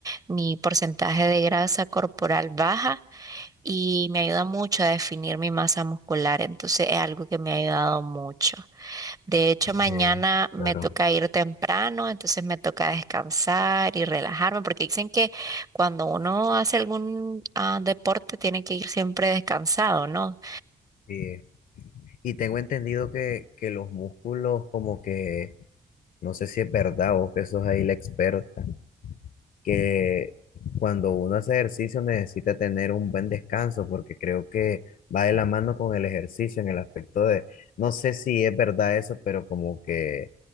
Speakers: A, on the right (about 25°); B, on the left (about 65°).
A: mi porcentaje de grasa corporal baja y me ayuda mucho a definir mi masa muscular. Entonces es algo que me ha ayudado mucho. De hecho, mañana
B: Eh,
A: me
B: claro.
A: toca ir temprano, entonces me toca descansar y relajarme porque dicen que cuando uno hace algún ah, deporte tiene que ir siempre descansado, ¿no?
B: Sí. Y tengo entendido que, que los músculos como que, no sé si es verdad, vos que sos ahí la experta, que cuando uno hace ejercicio necesita tener un buen descanso, porque creo que va de la mano con el ejercicio en el aspecto de, no sé si es verdad eso, pero como que